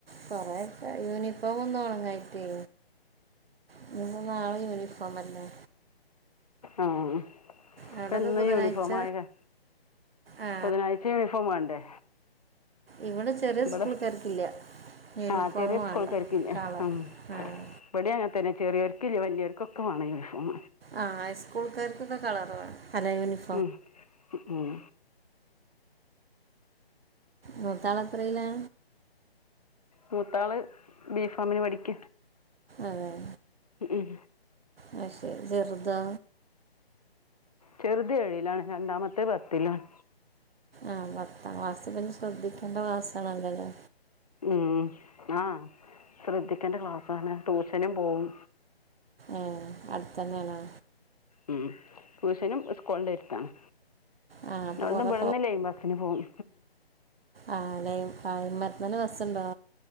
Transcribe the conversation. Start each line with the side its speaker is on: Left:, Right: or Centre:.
Right: കൊറെയൊക്കെ യൂണിഫോമൊന്നും ഒണങ്ങായിറ്റേ ഇനിയിപ്പ നാളെ യൂണിഫോം അല്ലേ
Left: ആഹ്
Right: അവിടെയൊക്കെ
Left: ഇപ്പെന്നേ
Right: ബുധനാഴ്ച
Left: യൂണിഫോം ആയതാ
Right: ആ
Left: ബുധനാഴച യൂണിഫോം വേണ്ടേ
Right: ഇവിടെ ചെറിയ
Left: ഇവിടെ
Right: സ്കൂൾക്കാർക്കില്ല യൂണിഫോമ്
Left: ആ ചെറിയ സ്കൂൾക്കാർക്കില്ല
Right: വേണ്ട കളർ
Left: ഉം.
Right: ആഹ്
Left: ഇവിടെ അങ്ങനെതന്നെ ചെറിയോർക്കില്ലേ വലിയവർക്കൊക്കെ വേണം യൂണിഫോം
Right: ആഹ് ഹൈസ്കൂൾക്കാർക്കൊക്കെ കളറുവേണം <unintelligible>
Left: ഉം ഉം
Right: മൂത്താള് എത്രയിലാ
Left: മൂത്താള് ബീ കോമിന് പഠിക്ക
Right: ആഹ്
Left: ഉം
Right: പക്ഷെ ചെറുദാ
Left: ചെറുത് ഏഴിലാണ് രണ്ടാമത്തെ പത്തിലാണ്
Right: ആഹ് പത്താം ക്ലാസ്സ് പിന്നെ ശ്രദ്ധിക്കേണ്ട ക്ലാസ്സ് ആണല്ലൊ അല്ലേ
Left: ഉം ആഹ് ശ്രദ്ധിക്കേണ്ട ക്ലാസാണാ ട്യൂഷനും പോവും
Right: ആഹ് അടുത്തന്നെയാണോ
Left: ഉം ട്യൂഷനും സ്കൂളിന്റെ അടുത്താണ്
Right: ആ അപ്പോൾ
Left: അതോണ്ട്
Right: കുറേ
Left: ഇവിടുന്ന് ലൈൻ ബസ്സിന് പോകും
Right: ആഹ് അല്ലെ അന്നേരം തന്നെ ബസുണ്ടോ